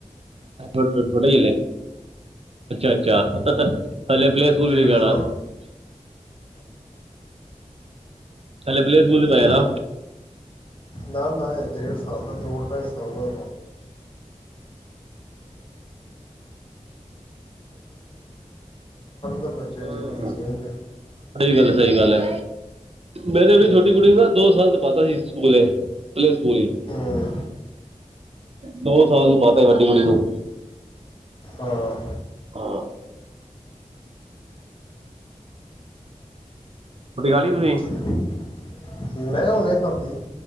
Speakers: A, on the right; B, on the left.
A: <unintelligible> ਅੱਛਾ, ਅੱਛਾ ਹਲੇ ਪਲੇਅ ਸਕੂਲ
B: ਡੇਢ
A: ਵੀ ਜਾਣਾ।
B: ਸਾਲ
A: <inaudible>
B: ਦਾ
A: ਹਲੇ ਪਲੇ ਸਕੂਲ
B: ਹੂੰ,
A: ਚ ਪਾਏਆ ਨਾ
B: ਨਾ ਨਾ ਇਹ ਡੇਢ ਸਾਲ ਦਾ ਦੋ ਢਾਈ ਸਾਲ ਦਾ <unintelligible> <unintelligible> <inaudible> ਬੱਚੇ
A: ਹੂੰ,
B: ਜਿੰਦਗੀ <inaudible>
A: ਸਹੀ ਗੱਲ ਸਹੀ ਗੱਲ ਹੈ। ਮੇਰੇ ਆਪਣੀ
B: ਹੂੰ
A: ਛੋਟੀ ਕੁੜੀ ਦਾ ਦੋ ਸਾਲ ਦਾ ਪਾਤਾ ਸੀ ਸਕੂਲ ਐ ਪਲੇਅ ਸਕੂਲ ਈ,
B: ਹੂੰ
A: ਦੋ ਸਾਲ ਨੂੰ ਪਾਤਾ ਸੀ ਵੱਡੀ ਕੁੜੀ ਨੂੰ
B: ਹਾਂ।
A: ਹਾ। ਰੋਟੀ ਖਾ ਲੀ ਤੁਸੀਂ।
B: ਠੀਕ ਮੈਂ ਹੁਣੇ ਖਾਧੀ